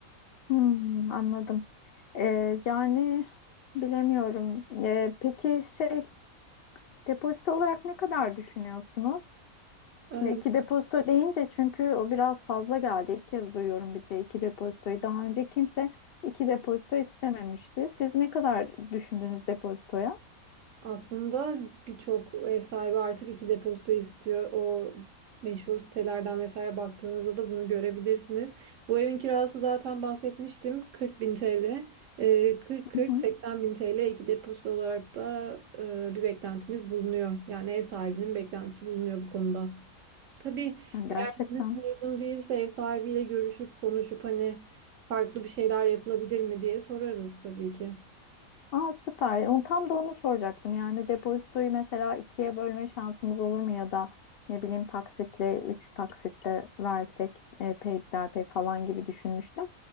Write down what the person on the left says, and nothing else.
Hmm, anladım. Ee, yani bilemiyorum. Ee, peki şey depozito olarak ne kadar düşünüyorsunuz? Şimdi
iki depozito deyince çünkü o biraz fazla geldi. İlk kez duyuyorum bir de iki depozitoyu. Daha önce kimse iki depozito istememişti. Siz ne kadar düşündünüz depozitoya?
Hı hı.
Yani gerçekten.
Aa süper. Onu, tam da onu soracaktım. Yani depozitoyu mesela ikiye bölme şansımız olur mu ya da ne bileyim taksitle, üç taksitle versek e, peyderpey falan gibi düşünmüştüm.